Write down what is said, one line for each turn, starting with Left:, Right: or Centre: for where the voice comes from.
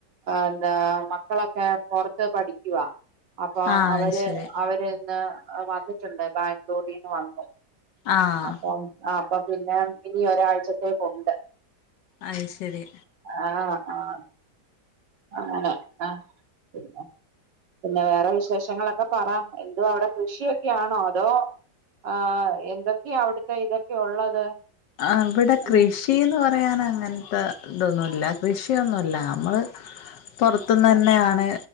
Right: എന്താ മ ക്കളൊക്കെ പൊറത്ത് പഠിക്കുവാ. അപ്പൊ
Left: ആഹ്
Right: അവര്
Left: അത് ശരി
Right: അവരിന്ന് വന്നി ട്ടുണ്ട്. ബാംഗ്ലൂരീന്ന് വന്നു.
Left: ആഹ്
Right: അപ്പം ആഹ് അപ്പൊപിന്നെ ഇനി ഒരാഴ്ചത്തേക്കുണ്ട്.
Left: അയ് ശരി.
Right: ആഹ് ആഹ്. ആങ്ങനെ ആ പിന്നെ പിന്നെ വേറെ വിശേഷങ്ങളൊക്കെ പറ. എന്തുവാ അവടെ കൃഷിയൊക്കെയാണോ അതോ ആ എന്തൊക്കെയാ അവിടുത്തെ ഇതൊക്കെ ഉള്ളത്
Left: അവിട കൃഷ്
Right: ഏ
Left: ഷീന്ന് പറയാൻ അങ്ങനത്തെ ഇതൊന്നുല്ല കൃഷിയൊന്നുല്ല നമ്മള് പൊറത്തുന്നന്നെയാണ്
Right: ആ